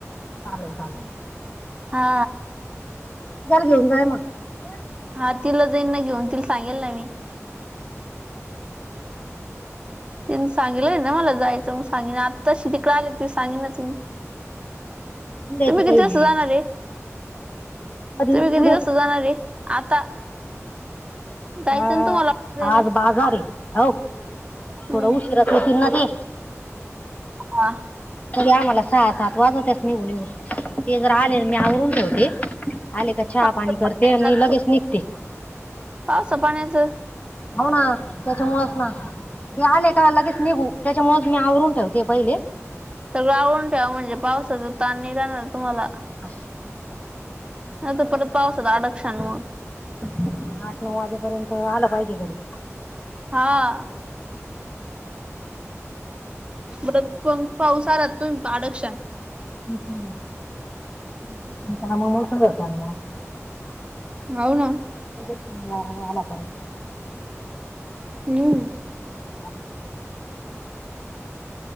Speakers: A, on the left; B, on the right.
A: चालेल चालेल.
B: हा,
A: उल घेन जा मग. दोनशे.
B: हा, तिला जाईन ना घेऊन तिला सांगेल ना मी. त्यांन सांगितलंय ना मला जायचं मग सांगिन आत्ताशी तिकडे आले त सांगिनच मी.
A: आणून द्यायचं
B: तुम्ही किती
A: पहिलेच
B: वाजता जाणार रे.
A: कधी
B: तुम्ही किती
A: कुठं
B: वाजता जाणारे आता. जायचं
A: हा,
B: ना तुम्हाला द्यायला
A: आज बाजार आहे हो
B: हम्म
A: थोडं उशिराच येथील ना ते.
B: हा,
A: तरी आ मला सात वाज निघून येऊ ते जर आले मी आवरून ठेवते. आले का चहा
B: पावसा
A: पाणी करते
B: पाण्याचं
A: आणि लगेच निघते.
B: पावसा पाण्याचं.
A: हो ना, त्याच्यामुळेळच ना. ते आले का लगेच त्याच्यामुळे मी आवरून ठेवते पहिले.
B: सगळं आवळून ठेवा म्हणजे पावसाचं ताणणी राहणार तुम्हाला.
A: हा.
B: नाही
A: <inaudible>
B: तर परत पावसात अडकशान मग
A: हा आठ नऊ वाजेपर्यंत आलं पाहिजे घरी.
B: हा. मधेच पण पाऊस आला तर अडकशाल.
A: <unintelligible>
B: हाव नां.
A: <unintelligible>
B: हम्म.
A: <unintelligible>